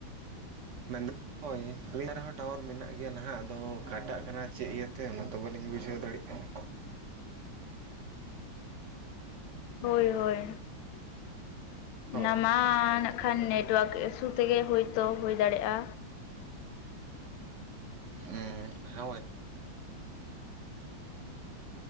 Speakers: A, on the right; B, on the left.
A: ᱢᱮᱱ ᱫᱟᱧ ᱦᱚᱭ ᱟᱹᱞᱤᱧ ᱫᱟᱷᱨᱮ ᱦᱚᱸ ᱴᱟᱣᱟᱨ ᱢᱮᱱᱟᱜ ᱜᱮᱭᱟ ᱱᱟᱦᱟᱜ᱾ ᱟᱫᱚ ᱠᱟᱴᱟᱜ ᱠᱟᱱᱟ ᱪᱮᱫ ᱤᱭᱟᱹ ᱛᱮ ᱚᱱᱟ ᱫᱚ ᱵᱟᱹᱞᱤᱧ ᱵᱩᱡᱷᱟᱹᱣ ᱫᱟᱲᱮᱜ ᱠᱟᱱᱟ,
B: ᱦᱳᱭ ᱦᱳᱭ
A: ᱦᱳᱭ
B: ᱚᱱᱟ ᱢᱟ ᱱᱟᱜ ᱠᱷᱟᱱ ᱱᱮᱴ ᱣᱟᱨᱠ ᱮᱥᱩ ᱛᱮᱜᱮ ᱦᱩᱭ ᱛᱚ ᱦᱩᱭ ᱫᱟᱲᱮᱜᱼᱟ᱾
A: ᱦᱮᱸ ᱦᱳᱭ